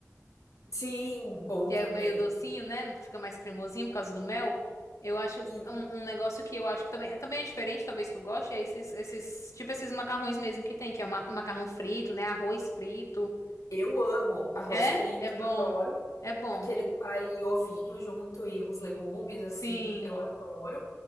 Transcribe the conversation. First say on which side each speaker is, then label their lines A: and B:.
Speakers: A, on the left; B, on the left.
A: Sim, bom
B: que é
A: também.
B: meio docinho, né? Fica mais cremosinho por causa do mel. Eu acho
A: E
B: um, um negócio que eu acho que também, também é diferente, talvez tu goste, é esses, esses, tipo esses macarrões mesmo que tem, que é o ma- macarrão frito, né? Arroz frito.
A: eu amo arroz
B: É?
A: frito,
B: É bom.
A: adoro.
B: É bom.
A: Aquele que vai ovinho junto e uns legumes, assim,
B: Sim.
A: eu adoro.